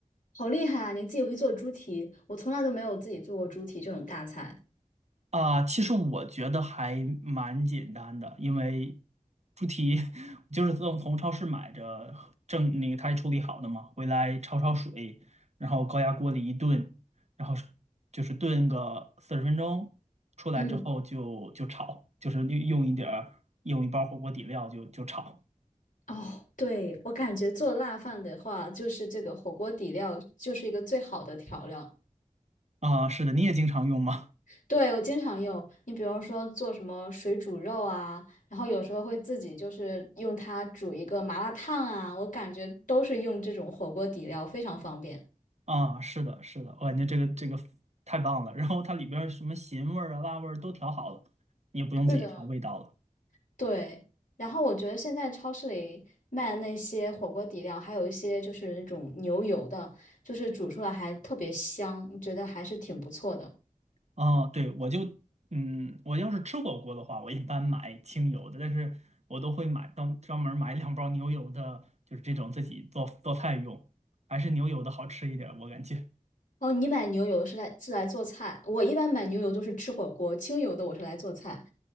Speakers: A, on the left (about 70°); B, on the right (about 55°).
A: 好厉害啊！你自己会做猪蹄，我从来都没有自己做过猪蹄这种大菜。
B: 啊，其实我觉得还蛮简单的，因为猪蹄 <laughs> 就是从从超市买着正那个它处理好的嘛，回来焯焯水，然后高压锅里一炖，然后是就是炖个四十分钟，出来之后就就炒，
A: 嗯，
B: 就是用用一点儿用一包火锅底料就就炒。
A: 哦，对，我感觉做辣饭的话，就是这个火锅底料就是一个最好的调料。
B: 啊，是的，你也经常用吗？
A: 对，我经常用。你比如说做什么水煮肉啊，然后有时候会自己就是用它煮一个麻辣烫啊，我感觉都是用这种火锅底料，非常方便。
B: <laughs> 啊，是的，是的，我感觉这个这个太棒了。然后它里边儿什么咸味儿啊、辣味儿都调好了，你也不用自己调味道了。
A: 是的，对，然后我觉得现在超市里卖的那些火锅底料，还有一些就是那种牛油的，就是煮出来还特别香，觉得还是挺不错的。
B: 哦，对，我就嗯，我要是吃火锅的话，我一般买清油的，但是我都会买专专门买两包牛油的，就是这种自己做做菜用，还是牛油的好吃一点儿我感觉。
A: 哦，你买牛油是来是来做菜，我一般买牛油都是吃火锅，清油的我是来做菜。